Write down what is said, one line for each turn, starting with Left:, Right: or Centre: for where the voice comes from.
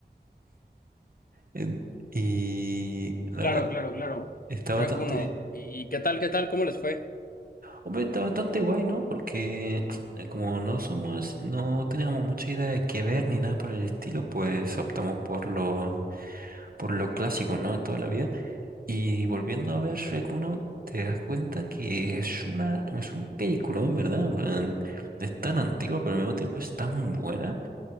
Right: En- Y la
Left: Claro,
Right: verdad
Left: claro,
Right: que
Left: claro.
Right: está
Left: Shrek
Right: bastante...
Left: uno ¿y qué tal, qué tal? ¿Cómo les fue?
Right: Hombre, está bastante guay, ¿no? Porque eh, como no somos, no teníamos mucha idea de qué ver ni nada por el estilo, pues optamos por lo, por lo clásico, ¿no? Toda la vida. Y volviendo a ver Shrek uno, te das cuenta que es una, es un peliculón, ¿verdad? En plan, Es tan antigua, pero al mismo tiempo es tan buena